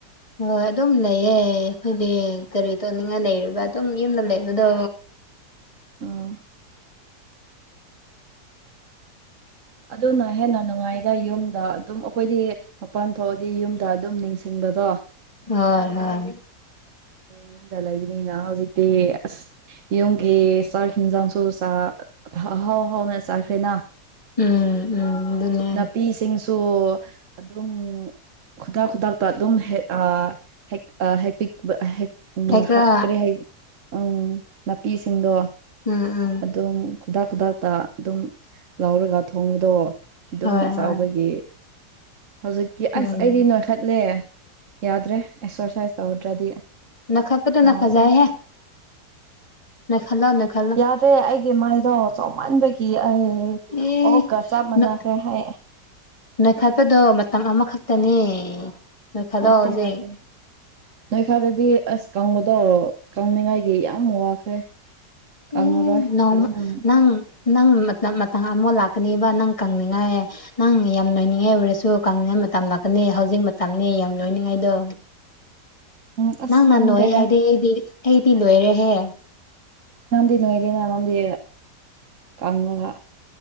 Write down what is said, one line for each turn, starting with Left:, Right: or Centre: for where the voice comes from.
Left: ꯍꯣꯏ ꯑꯗꯨꯝ ꯂꯩꯌꯦ ꯑꯩꯈꯣꯏꯗꯤ ꯀꯔꯤ ꯇꯧꯅꯤꯡꯉꯥꯏ ꯂꯩꯔꯤꯕꯔ ꯑꯗꯨꯝ ꯌꯨꯝꯗ ꯂꯩꯕꯗꯣ
Right: ꯑꯣ ꯑꯗꯨꯅ ꯍꯦꯟꯅ ꯅꯨꯡꯉꯥꯏ ꯑꯗ ꯌꯨꯝꯗ ꯑꯗꯨꯝ ꯑꯩꯈꯣꯏꯗꯤ ꯃꯄꯥꯟ ꯊꯣꯛꯑꯗꯤ ꯌꯨꯝꯗ ꯑꯗꯨꯝ ꯅꯤꯡꯁꯤꯡꯕꯗꯣ
Left: ꯍꯣꯏ ꯍꯣꯏ
Right: ꯑꯗ ꯌꯨꯝꯗ ꯂꯩꯕꯤꯅꯤꯅ ꯍꯧꯖꯤꯛꯇꯤ ꯑꯁ ꯌꯨꯝꯒꯤ ꯆꯥꯛ ꯌꯦꯟꯖꯥꯡꯁꯨ ꯆꯥ ꯍꯥꯎ ꯍꯥꯎꯅ ꯆꯥꯈꯔꯦꯅ
Left: ꯎꯝ ꯎꯝ ꯑꯗꯨꯅꯦ
Right: ꯅꯥꯄꯤꯁꯤꯡꯁꯨ ꯑꯗꯨꯝ ꯈꯨꯗꯛ ꯈꯨꯗꯛꯇ ꯑꯗꯨꯝ ꯍꯦꯛ ꯑ ꯍꯦꯛ ꯑ ꯍꯦꯛ ꯄꯤꯛ <unintelligible> ꯎꯝ
Left: ꯀꯩ ꯈꯔ
Right: ꯍꯥꯞꯀ꯭ꯔꯦ ꯍꯥꯏ ꯎꯝ ꯅꯥꯄꯤꯁꯤꯡꯗꯣ
Left: ꯎꯝ ꯎꯝ
Right: ꯑꯗꯨꯝ ꯈꯨꯗꯥꯛ ꯈꯨꯗꯥꯛꯇ ꯑꯗꯨꯝ ꯂꯧꯔꯒ ꯊꯣꯡꯕꯗꯣ ꯑꯗꯨꯝ
Left: ꯍꯣꯏ
Right: ꯆꯥꯎꯕꯒꯤ
Left: ꯍꯣꯏ
Right: ꯍꯧꯖꯤꯛꯇꯤ
Left: ꯎꯝ
Right: ꯑꯁ ꯑꯩꯗꯤ ꯅꯣ ꯈꯠꯂꯦ ꯌꯥꯗ꯭ꯔꯦ ꯑꯦꯛꯁꯔꯁꯥꯏꯁ ꯇꯧꯗ꯭ꯔꯗꯤ
Left: ꯅꯣꯏꯈꯠꯄꯗꯨꯅ
Right: ꯌꯥꯗ꯭ꯔꯦ
Left: ꯐꯖꯩꯍꯦ ꯅꯣꯏꯈꯠꯂꯣ ꯅꯣꯏꯈꯠꯂꯣ
Right: ꯅꯠꯇꯦ ꯑꯩꯒꯤ ꯃꯥꯏꯗꯣ ꯆꯥꯎꯃꯟꯕꯒꯤ ꯑꯩ
Left: ꯑꯦ
Right: ꯑꯣꯛꯀ ꯆꯞ ꯃꯥꯟꯅꯈ꯭ꯔꯦ
Left: ꯅꯣꯏ
Right: ꯍꯥꯏ
Left: ꯅꯣꯏꯈꯠꯄꯗꯣ ꯃꯇꯝ ꯑꯃꯈꯛꯇꯅꯦ ꯅꯣꯏꯈꯠꯂꯣ
Right: ꯅꯠꯇꯦ
Left: ꯍꯧꯖꯤꯛ
Right: ꯅꯠꯇꯦ ꯅꯣꯏꯈꯠꯂꯗꯤ ꯑꯁ ꯀꯪꯕꯗꯣ ꯀꯪꯅꯤꯡꯉꯥꯏꯒꯤ ꯌꯥꯝ ꯋꯥꯈ꯭ꯔꯦ ꯀꯪꯉꯔꯣꯏ
Left: ꯑꯦ ꯅꯣꯡꯃ
Right: ꯑꯗꯨ ꯎꯝ
Left: ꯅꯪ ꯅꯪ ꯃꯇꯝ ꯑꯃꯨꯛ ꯂꯥꯛꯀꯅꯦꯕ ꯅꯪ ꯀꯪꯅꯤꯡꯉꯥꯏ ꯅꯪ ꯌꯥꯝ ꯅꯣꯏꯅꯤꯡꯉꯥꯏ ꯑꯣꯏꯔꯁꯨ ꯀꯪꯅꯤꯉꯥꯏ ꯃꯇꯝ ꯂꯥꯛꯀꯅꯤ ꯍꯧꯖꯤꯛ ꯃꯇꯝꯅꯤ ꯌꯥꯝ ꯅꯣꯏꯅꯤꯡꯉꯥꯏꯗꯨ
Right: ꯎꯝ ꯑꯁ
Left: ꯅꯪꯅ
Right: ꯈꯪꯗ꯭ꯔꯦꯗ
Left: ꯅꯣꯏ ꯍꯥꯏꯗꯤ ꯑꯩꯗꯤ ꯑꯩꯗꯤ ꯂꯣꯏꯔꯦꯍꯦ
Right: ꯅꯪꯗꯤ ꯅꯣꯏꯗꯦꯅ ꯅꯪꯗꯤ ꯀꯪꯉꯒ